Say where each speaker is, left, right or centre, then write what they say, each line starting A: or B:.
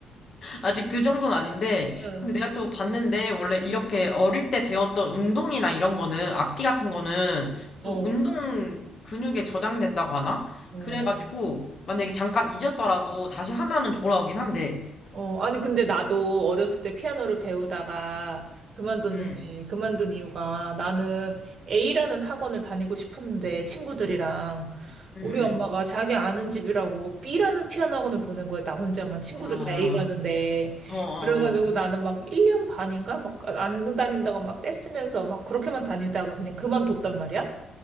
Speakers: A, on the left; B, on the right.
A: 아직 그 정도는 아닌데,
B: <laughs>
A: 근데 내가 또 봤는데, 원래 이렇게 어릴 때 배웠던 운동이나 이런 거는, 악기 같은 거는, 또
B: 응. 어,
A: 운동 근육에 저장된다고 하나?
B: 어.
A: 그래가지고, 만약에 잠깐 잊었더라도 다시 하면은 돌아오긴 한데,
B: 어, 아니, 근데 나도 어렸을 때 피아노를 배우다가 그만뒀는데,
A: 음,
B: 그만둔 이유가 나는 A라는 학원을 다니고 싶었는데, 친구들이랑.
A: 음,
B: 우리
A: 음.
B: 엄마가 자기 아는 집이라고 B라는 피아노 학원을 보낸 거야. 나 혼자만 친구들
A: 아,
B: 다 A 가는데.
A: 어어어.
B: 그래가지고 나는 막 1년 반인가? 막 안 다닌다고 막 떼쓰면서 막 그렇게만 다니다가 그냥 그만뒀단 말이야.